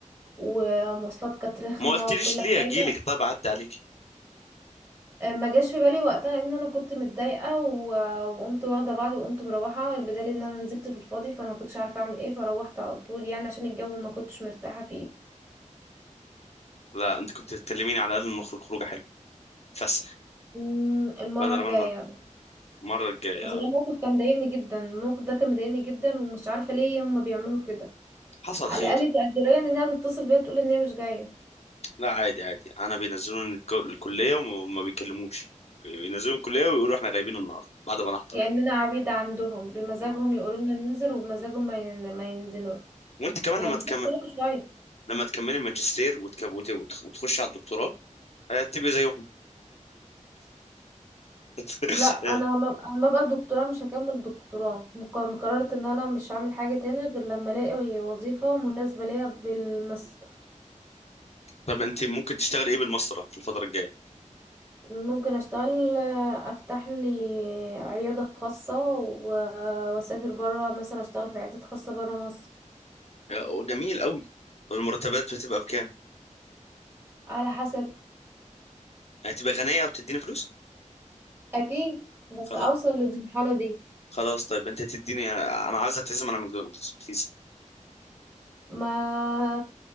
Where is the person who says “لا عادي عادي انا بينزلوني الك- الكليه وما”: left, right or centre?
Left